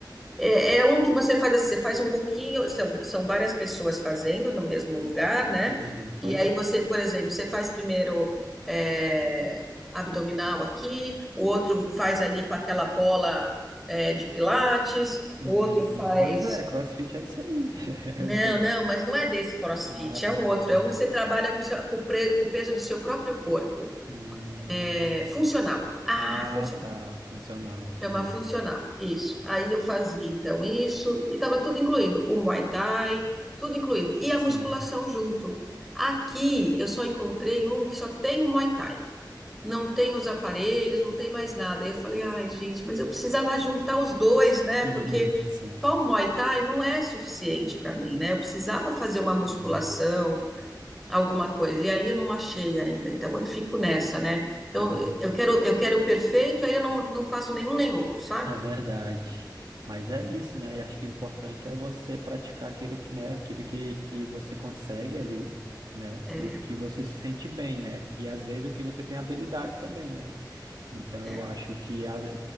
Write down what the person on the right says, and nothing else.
Hum, pois
é.
Hum,
pois é, CrossFit é isso aí. <laughs> É
um pouco.
Ah,
tá.
Hum,
ah,
tá. Funcional, verdade.
Sim.
<laughs>
Sim.
Sim,
é, ver-
é verdade. Mas é isso, né? E acho que o importante é você praticar aquilo que, né, aquilo que, que você consegue ali, né?
E o que você se sente bem, né? E às vezes o que você tem habilidade também, né? Então
eu acho que às, a-